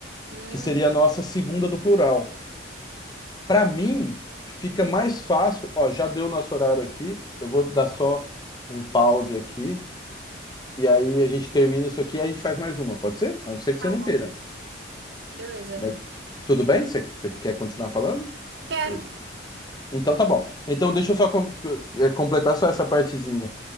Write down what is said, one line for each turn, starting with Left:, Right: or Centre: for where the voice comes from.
Right: Hum,
Left: que seria a nossa segunda do plural. Para mim, fica mais fácil. Ó, já deu nosso horário aqui, eu vou dar só um pause aqui, e aí a gente termina isso aqui e a gente faz mais uma, pode ser? A não ser que
Right: tá
Left: você não
Right: bom,
Left: queira.
Right: beleza.
Left: Mas tudo bem? Você, você quer continuar falando?
Right: Quero.
Left: Eu- Então tá bom. Então deixa eu só com- eh, completar só essa partezinha.